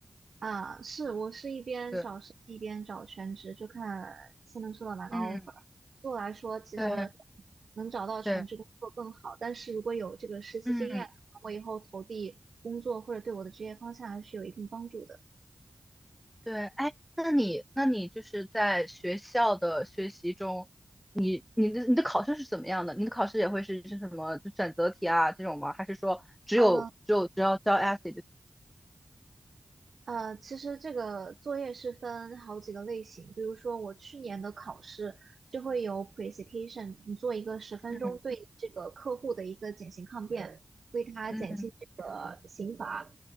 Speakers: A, on the right (about 80°); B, in the centre.
A: 啊，是，我是一边找实习一边找全职，
B: 对，
A: 就看先能收到哪个
B: 嗯，
A: offer。对我来说，其实
B: 对
A: 能找到全职工作更好，
B: 对，
A: 但是如果有这个实习经验，
B: 嗯。
A: 我以后投递工作或者对我的职业方向还是有一定帮助的。
B: 对，哎，那你那你就是在学校的学习中，你你的你的考试是怎么样的？你的考试也会是是什么就选择题啊这种吗？还是说只有只有只要交
A: 呃，
B: essay 就？
A: 呃，其实这个作业是分好几个类型，比如说我去年的考试就会有 presentation，你做一个十分钟对这个客户的一个减刑抗辩，
B: 嗯
A: 为他减轻这个刑罚。
B: 嗯，